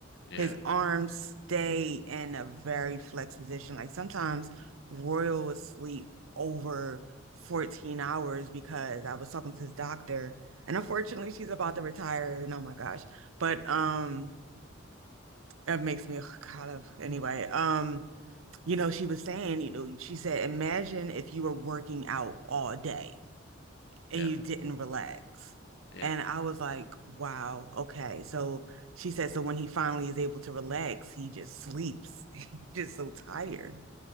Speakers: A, on the left; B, on the right.
A: Yeah.
B: his arms stay in a very flexed position. Like sometimes Royal would sleep over 14 hours because I was talking to his doctor, and unfortunately she's about to retire, and oh my gosh. But um it makes me ugh, kind of anyway. Um You know, she was saying, you know, she said, imagine if you were working out all day and
A: Yeah.
B: you didn't relax.
A: Yeah,
B: And I was like, wow, okay. So she said, so when he finally is able to relax, he just sleeps. <laughs> He's just so tired.